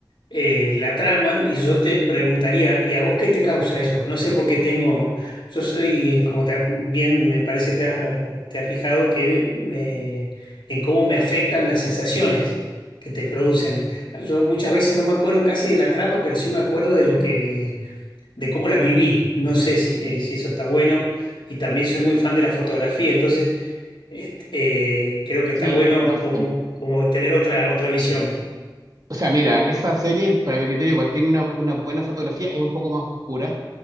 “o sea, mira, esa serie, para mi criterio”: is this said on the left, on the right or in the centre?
Right